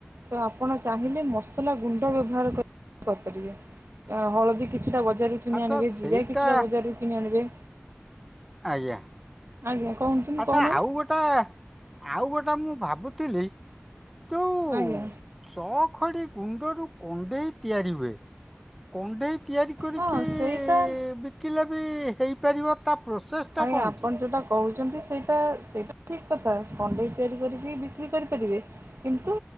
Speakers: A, on the right; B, in the centre.
A: ତ ଆପଣ ଚାହିଁଲେ, ମସଲା ଗୁଣ୍ଡ ବ୍ୟବହାର କରି କରିପାରିବେ। ହଳଦୀ କିଛିଟା ବଜାରରୁ କିଣି
B: ଆଚ୍ଛା
A: ଆଣିବେ,
B: ସେଇଟା
A: ଜିରା କିଛିଟା ବଜାରରୁ କିଣି ଆଣିବେ।
B: ଆଜ୍ଞା।
A: ଆଜ୍ଞା କହୁନ୍ତୁ
B: ଆଚ୍ଛା
A: କହୁନାହାନ୍ତି
B: ଆଉ ଗୋଟା ଆଉ ଗୋଟା ମୁଁ ଭାବୁଥିଲି ଯୋଉ
A: ଆଜ୍ଞା
B: ଚଖଡି ଗୁଣ୍ଡରୁ କଣ୍ଡେଇ ତିଆରି ହୁଏ। କଣ୍ଢେଇ ତିଆରି କରିକି-ଇ-ଇ-ବିକିଲେ
A: ହଁ ସେଇଟା
B: ବି ହେଇପାରିବ ତା ପ୍ରୋସେସଟା
A: ଆୟାଁ
B: କ'ଣ
A: ଆପଣ
B: କି
A: ଯୋଉଟା କହୁ ଯେମିତି ସେଇଟା ସେଇଟା ସେଇଟା ଠିକ୍ କଥା କଣ୍ଢେଇ ତିଆରି କରିକି ବିକ୍ରି କରିପାରିବେ କିନ୍ତୁ